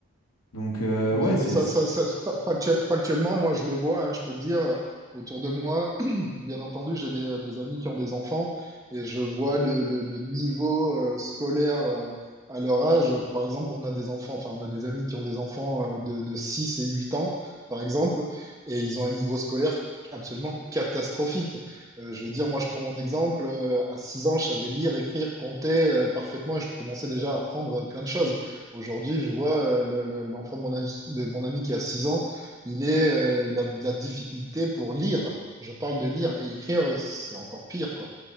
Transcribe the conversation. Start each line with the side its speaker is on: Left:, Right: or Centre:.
Left: Donc, euh,
Right: Mais,
Left: ouais,
Right: mais
Left: c'est...
Right: ça,
Left: c'est-
Right: ça, ça- fa- factuel- factuellement, moi, je le vois, hein, je peux te dire, euh, autour de moi, <clears throat> bien entendu, j'ai des, des amis qui ont des enfants et je vois le, le- le niveau euh, scolaire euh, à leur âge. Par exemple, on a des enfants, enfin, on a des amis qui ont des enfants euh, de, de 6 et 8 ans, par exemple, et ils ont un niveau scolaire absolument catastrophique. Euh, je veux dire, moi, je prends mon exemple, euh, à 6 ans, je savais lire, écrire, compter euh, parfaitement et je commençais déjà à apprendre euh, plein de choses. Aujourd'hui, je vois euh, le- le- l'enfant de mon ami, de mon ami qui a 6 ans, il est, euh, il a de la difficulté pour lire. Je parle de lire et écrire, c'est encore pire, quoi.